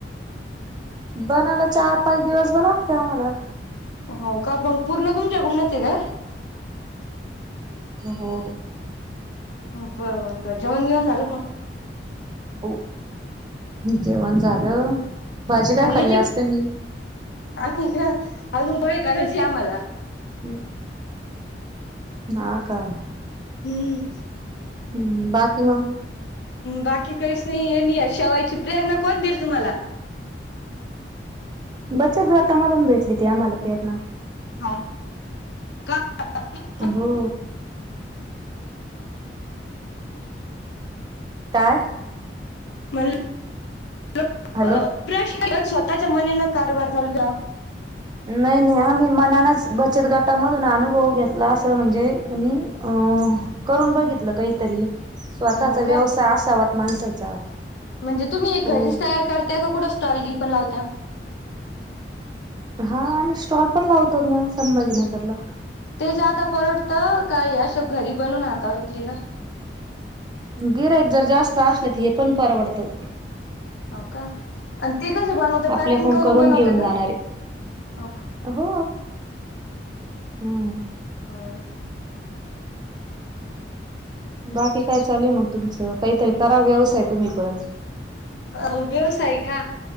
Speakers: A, on the right; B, on the left.
A: बनाला चार-पाच दिवस ब लागतय आम्हाला.
B: हो का मंग पूर्ण तुमच्या तुमच्याकडूनचंय काय?
A: हो.
B: बरं बरं काय जेवण बिवन झालं का मग?
A: हो. जेवाण झालं, भाजी काय
B: मग
A: खाल्ली
B: याची
A: आज त्यांनी?
B: आम्ही जा आजून पोहे करायचे आम्हाला.
A: हम्म. हा का.
B: हम्म.
A: हम्म, बाकी मग?
B: बाकी कईच नईये अन् अशा वेळची प्रेरणा कोण दील तुम्हाला?
A: बचत गटामधून भेटली ती आम्हाला प्रेरणा.
B: हाव का <unintelligible>
A: हो. काय?
B: म्हणलं ल
A: हॅलो
B: प प्रश्न स्वतःच्या मनीन कारभार चालू द्या.
A: नाई नाई, आम्ही मनानंचं बचत गटामधून आनुभव घेतला असं म्हणजे आणि अ करून बघितलं कईतरी स्वतःचा
B: हो का
A: व्यवसाय असावात माणसाचा.
B: म्हणजे तुम्ही घरीचं
A: हो
B: तयार करताय का कुठं स्टॉलगिल पण लावत्या?
A: हा आम्ही स्टॉल पण लावतोत ना, संभाजीनगरला.
B: ते जे आता परवडतं का हे आश घरी बनून हातावर विकलेलं?
A: गिरायीक जर जास्त आसलं तर हे पण परवडतं.
B: हाव का? अन् ते कस बनवत्या
A: आपल्याकडून
B: पॅकिंग करून बनवत्या
A: घेऊन जाणारे
B: का? हो
A: हो. हम्म.
B: बर.
A: बाकी काय चालूय मंग तुमचं? काईतरी करा व्यवसाय तुम्ही पण.
B: अ व्यवसाय का?